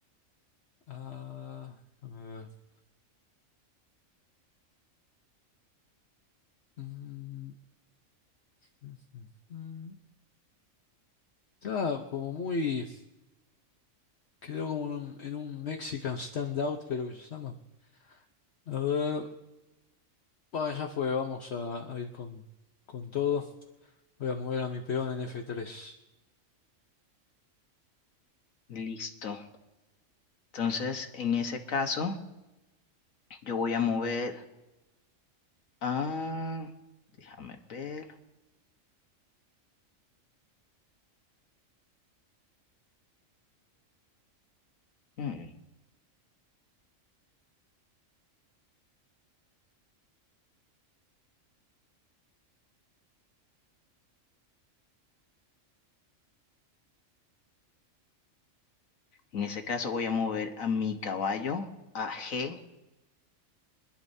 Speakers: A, on the left; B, on the left.
A: a... Dame ver. Mm, mm, mm, mm. Está como muy... Quedó como en un, en un Mexican standout, creo que se llama. A ver, bueno, ya fue, vamos a, a ir con, con todo. Voy a mover a mi peón en F3.
B: Listo. Entonces, en ese caso, yo voy a mover a... Déjame ver. Mm, En ese caso, voy a mover a mi caballo a G.